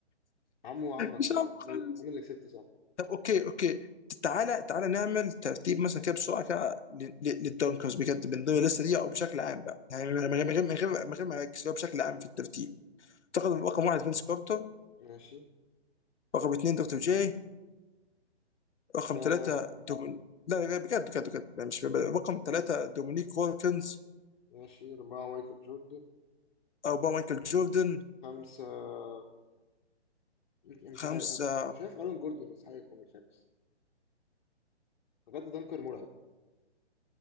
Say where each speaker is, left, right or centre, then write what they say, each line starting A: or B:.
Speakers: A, on the left; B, on the left.
A: عمو عمك
B: مش
A: صعب
B: عم
A: انا
B: خالص
A: ال- انا اللي كسبت صعب
B: طب اوكي اوكي تعالى تعالى نعمل ترتيب مثلا كده بسرعه كده ل- ل- للدونكرز بجد من ضمن الليسته دي او بشكل عام بقى يعني من غير من غير من غير من غير ما اركز هو بشكل عام في الترتيب اعتقد رقم واحد فينس كارتر
A: ماشي
B: رقم اثنين دكتور جاي رقم
A: آه
B: ثلاثة دومين لا لا، بجد بجد بجد لا، مش بجد. رقم ثلاثة دومينيك وولكنز
A: ماشي أربعة مايكل جوردن
B: أربعة مايكل جوردن
A: خمسة آه، مش
B: خمسة
A: عارف أنا شايف أرون جوردن يستحق يكون الخامس بجد دنكر مرعب